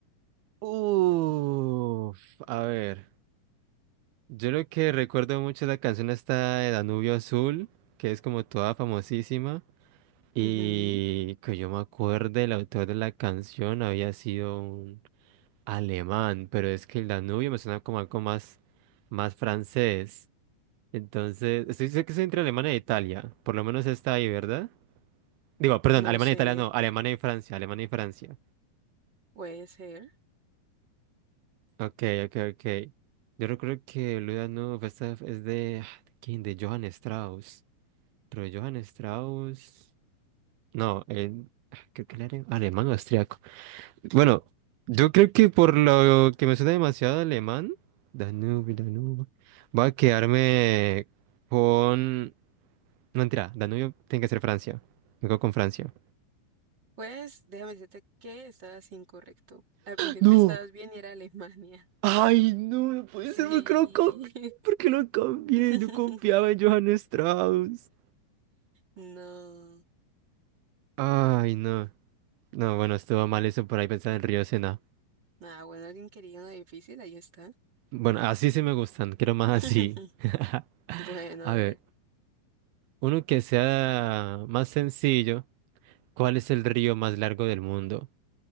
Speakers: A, on the right; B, on the right.
A: Uf, a ver. Yo lo que recuerdo mucho es la canción esta de Danubio Azul, que es como toda famosísima, y
B: Ujú,
A: que yo me acuerde, el autor de la canción había sido un alemán, pero es que el Danubio me suena como algo más, más francés. Entonces, estoy seguro que es entre Alemania e Italia, por lo menos está ahí, ¿verdad? Digo, perdón,
B: No
A: Alemania
B: sé,
A: e Italia no, Alemania y Francia, Alemania y Francia.
B: puede ser.
A: Ok, ok, ok. Yo recuerdo que Luda Danubio, esta es de, ah, ¿de quién? De Johann Strauss. Pero Johann Strauss. No, él- ah, creo que él era alemán o austriaco. Bueno, yo creo que por lo que me suena demasiado alemán, Danubio, Danubio, voy a quedarme con. No, mentira, Danubio tiene que ser Francia. Me quedo con Francia.
B: Pues déjame decirte que estabas incorrecto. Al principio
A: No,
B: estabas bien y era Alemania.
A: ay, no, no puede
B: Sí.
A: ser porque lo cambié, porque lo cambié.
B: <laughs>
A: Yo confiaba en Johann Strauss.
B: No.
A: Ay, no. No, bueno, estuvo mal eso por ahí pensar en el río Sena.
B: Nada, bueno, alguien quería una difícil, ahí está.
A: Bueno, así sí me gustan, quiero más
B: <laughs>
A: así. <laughs>
B: Bueno,
A: A
B: a ver,
A: ver, uno que sea más sencillo, ¿cuál es el río más largo del mundo?